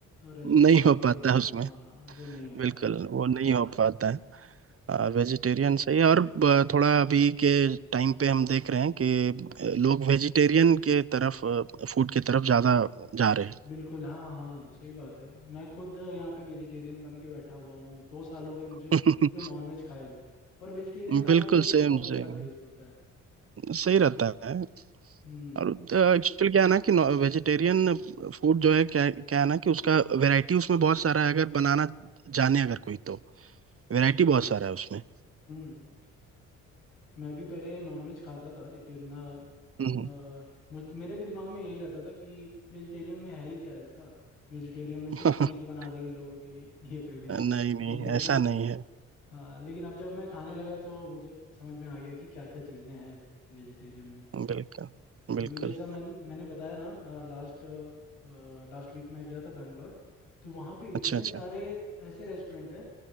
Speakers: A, on the left; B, on the right.
A: रेस्टोरेंट
B: नहीं हो
A: में
B: पाता है उसमें
A: हाँ वो नहीं हो पाता
B: बिल्कुल
A: है
B: वो नहीं हो पाता है
A: हाँ
B: वेजिटेरियन सही है और ब- थोड़ा अभी के टाइम पे हम देख रहे हैं कि अ, लोग वेजिटेरियन के तरफ फूड की तरफ ज़्यादा जा रहे
A: बिल्कुल हाँ हाँ सही बात है मैं खुद यहाँ पे वेजिटेरियन बन के बैठा हुआ हूँ दो साल हो गए मुझे
B: हैं <laughs>
A: कोई नॉनवेज खाए हुए और वेजिटेरियन खाने
B: बिल्कुल
A: में भी
B: सेम
A: बहुत अच्छा
B: सेम
A: टेस्ट होता है
B: सही रहता है
A: हम्म
B: और एक्चुअली क्या है ना कि वेजिटेरियन फूड जो है क्या क्या है ना कि उसका वैरायटी उसमें बहुत सारा है अगर बनाना जाने अगर कोई तो वैरायटी बहुत सारा है उसमें
A: हम्म मैं भी पहले नॉनवेज खाता था लेकिन अ,
B: हम्म
A: म,
B: हम्म।
A: अ, मुझ मेरे भी दिमाग में यही रहता था कि वेजिटेरियन में है ही क्या ऐसा वेजिटेरियन में सिर्फ
B: <laughs>
A: पनीर बना देंगे लोग ये, ये कर देंगे
B: नहीं नहीं
A: लेकिन
B: ऐसा नहीं है
A: हाँ लेकिन अब जब मैं खाने लगा तो मुझे समझ में आ गया कि क्या क्या चीज़ें हैं वेजिटेरियन में
B: बिल्कुल बिल्कुल
A: अभी जैसा मैं मैंने बताया ना लास्ट लास्ट वीक मैं गया था बैंगलोर तो वहाँ पे इतने
B: अच्छा अच्छा
A: सारे ऐसे रेस्टोरेंट हैं